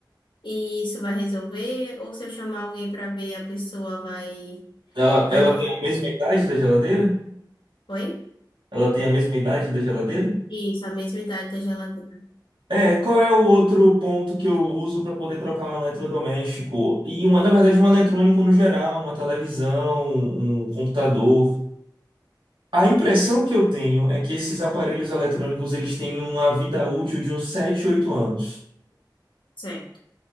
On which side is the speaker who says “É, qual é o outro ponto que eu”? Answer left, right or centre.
Right